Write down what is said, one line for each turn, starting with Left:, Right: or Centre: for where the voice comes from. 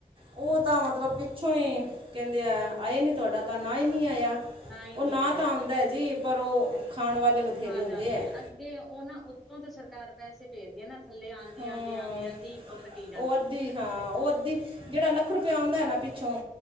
Right: ਉਹ ਤਾਂ ਮਤਲਬ ਪਿੱਛੋਂ ਹੀ ਕਹਿੰਦੇ ਆ ਆਏ ਨਹੀਂ, ਤੁਹਾਡਾ ਤਾਂ ਨਾਂ ਹੀ ਨਹੀਂ ਆਇਆ।
Centre: ਨਾ ਹੀ
Right: ਉਹ ਨਾਂ
Centre: ਨਹੀਂ ਆਇਆ
Right: ਤਾਂ ਆਉਂਦਾ ਹੈ ਜੀ, ਪਰ ਉਹ ਖਾਣ ਵਾਲੇ ਬਥੇਰੇ
Centre: ਖਾ
Right: ਹੁੰਦੇ
Centre: ਜਾਂਦੇ
Right: ਹੈ
Centre: ਆ ਅੱਗੇ ਉਹ ਨਾ ਉਤੋਂ ਤਾਂ ਸਰਕਾਰ ਪੈਸੇ ਭੇਜਦੀ ਹੈ ਨਾ ਥੱਲੇ ਆਉਂਦੀ
Right: ਹੂੰ
Centre: ਆਉਂਦੀ ਆਉਂਦੀ ਆਉਂਦੀ ਕੱਟੀ ਜਾਂਦੀ
Right: ਉਹ ਅੱਧੀ ਹਾਂ ਉਹ ਅੱਧੀ ਜਿਹੜਾ ਲੱਖ ਰੁਪਆ ਆਉਂਦਾ
Centre: ਹਾਂ
Right: ਨਾ ਪਿ ਛੋਂ